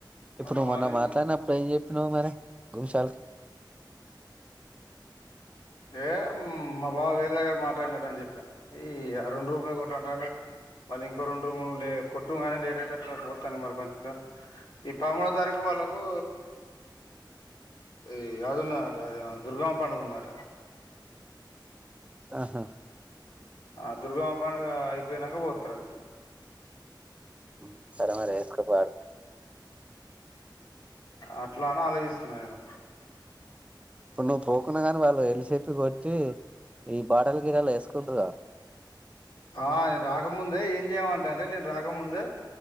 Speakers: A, on the left; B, on the right.
A: మరి
B: ఇప్పుడు
A: నువ్వు
B: మనం
A: ఆలోచించు
B: మాట్లాడినప్పుడు ఏం చెప్పినవు మరి గుంశాలకి
A: ఏ మా బావ వేరే దగర మాట్లాడిన రని చెప్ప ఈ య ఆ రెండు రూమ్లే కొట్టు అంటాండు మళ్ళీ ఇంకో రెండు రూమ్లు లే కొట్టు గానీ లేట్ అయితే <inaudible> తను మరికొంచెం ఈ పదమూడో తారీఖు వాళ్ళకు ఈ అదున్న అట అది దుర్గమ పండుగ ఉందట
B: ఆహా
A: ఆ దుర్గమ్మా పండగ అయి పొయినాక పోతారాళ్ళు
B: ఉమ్ సరే మరి ఏక్కబార్
A: అట్లా అనే ఆలోచిస్తున్నా నేను
B: ఇప్పుడు నువ్వు పోకున్నా గాని వాళ్ళు వెళ్లిసేప్ప కొట్టి ఈ బాటల గిటలు వేసుకుంట్రగా
A: ఆ నేను రాకముందే ఏం చేయమంట అంటే నేను రాకముందే